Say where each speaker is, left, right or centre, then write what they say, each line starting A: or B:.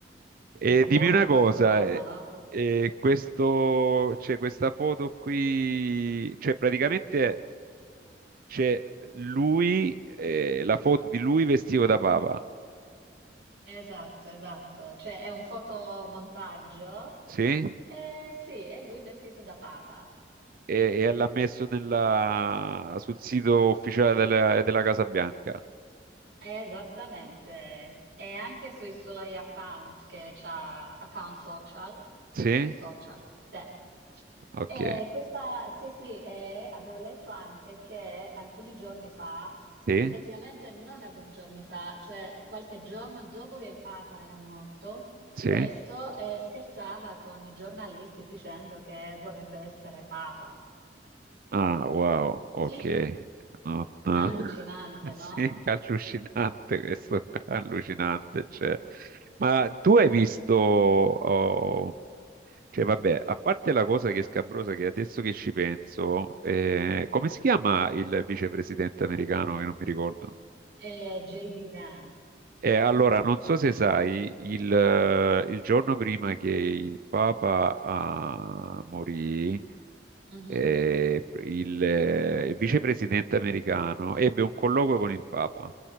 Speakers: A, on the right; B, on the right.
A: E
B: Un
A: dimmi
B: po'
A: una
B: scabrosa,
A: cosa, eh,
B: no?
A: eh, questo, c'è questa foto qui, cioè praticamente c'è lui, eh, la foto di lui vestito da papa,
B: Esatto, esatto. Cioè è un fotomontaggio.
A: sì?
B: Eh, sì, è lui vestito da papa.
A: E,
B: Eh,
A: e l'ha messo nella- sul sito ufficiale della, della Casa Bianca,
B: Esattamente. E anche sui suoi account che c'ha, account social,
A: sì?
B: sui suoi social. Sì.
A: Ok,
B: E questa, sì, sì, e avevo letto anche che alcuni giorni fa,
A: sì,
B: praticamente non alcuni giorni fa, cioè qualche giorno dopo che il Papa era morto,
A: sì.
B: questo eh, scherzava con i giornalisti dicendo che vorrebbe essere Papa.
A: Ah, wow, ok.
B: <laughs>
A: Non- <laughs>
B: Allucinante,
A: Sì,
B: no?
A: allucinante questo, <laughs> allucinante. Cioè. Ma tu hai visto, oh, cioè vabbè, a parte la cosa che è scabrosa, che adesso che ci penso, eh, come si chiama il vicepresidente americano che non mi ricordo?
B: E J.D. Vance.
A: E allora, non so se sai, il, eh, il giorno prima che il Papa ah, morì,
B: Mhm.
A: eh, il, eh, il vicepresidente americano ebbe un colloquio con il Papa.